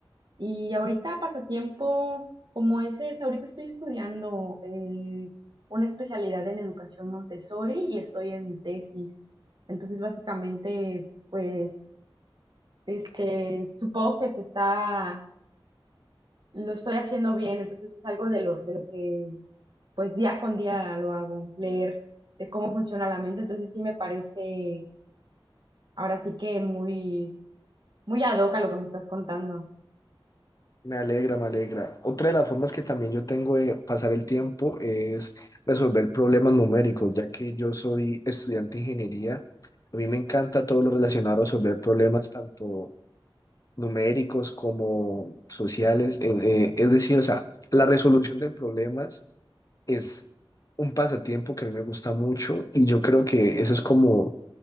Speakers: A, on the right; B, on the left.
A: y ahorita pasatiempo como ese es, ahorita estoy estudiando eh, una especialidad en educación Montessori y estoy en mi tesis, entonces básicamente pues este, supongo que se está, lo estoy haciendo bien, entonces es algo de lo, de lo que pues día con día lo hago, leer de cómo funciona la mente, entonces sí me parece ahora sí que muy, muy ad hoc a lo que me estás contando.
B: me alegra, me alegra. Otra de las formas que también yo tengo de pasar el tiempo es resolver problemas numéricos, ya que yo soy estudiante de ingeniería. A mí me encanta todo lo relacionado a resolver problemas, tanto numéricos como sociales. eh, eh, es decir, o sea, la resolución de problemas es un pasatiempo que a mí me gusta mucho y yo creo que eso es como